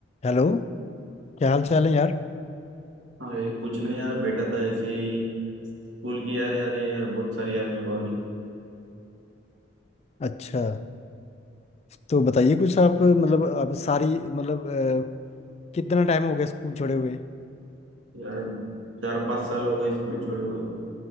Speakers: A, on the left; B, on the right.
A: Hello क्या हाल चाल है यार
B: अरे कुछ नहीं यार बैठा था ऐसे ही स्कूल की याद यार है यार बहुत सारी यार मेरे को अभी
A: अच्छा तो बताइए कुछ आप मतलब आप सारी मतलब अ, कितना टाइम हो गया स्कूल छोड़े हुए
B: यार चार पाँच साल हो गए स्कूल छोड़े हुए